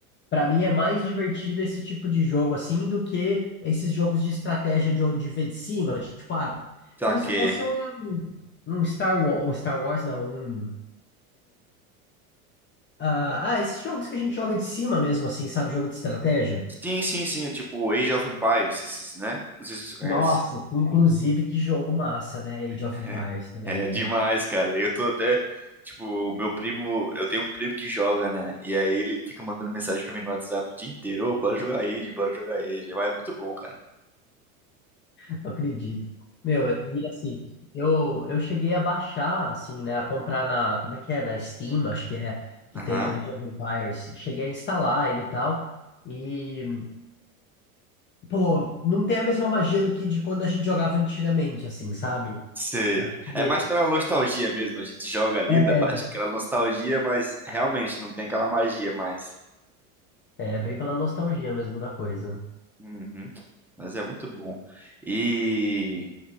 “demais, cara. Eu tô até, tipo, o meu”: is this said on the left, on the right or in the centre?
Centre